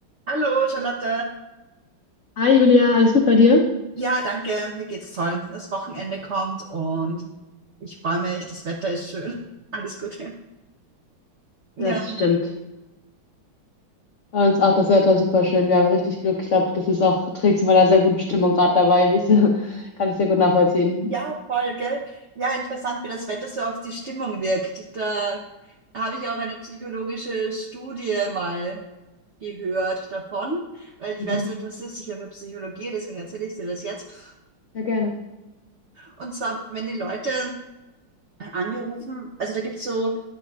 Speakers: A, on the right; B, on the left.
A: Hallo, Charlotte.
B: Hi Julia, alles gut bei dir?
A: Ja, danke. Mir geht's toll. Das Wochenende kommt und ich freue mich. Das Wetter ist schön. <laughs> Alles gut. Ja,
B: Das stimmt. Bei uns auch das Wetter super schön. Wir haben richtig Glück. Ich glaube, das ist auch, trägt zu meiner sehr guten Stimmung gerade dabei. Wie ich, <laughs> kann ich sehr gut nachvollziehen.
A: ja, voll, gell? Ja, interessant, wie das Wetter so auf die Stimmung wirkt. Da habe ich auch eine psychologische Studie mal gehört davon, weil ich
B: Mhm.
A: weiß, du interessierst dich ja für Psychologie, deswegen erzähle ich dir das jetzt.
B: Ja, gerne.
A: Und zwar, wenn die Leute angerufen, also da gibt's so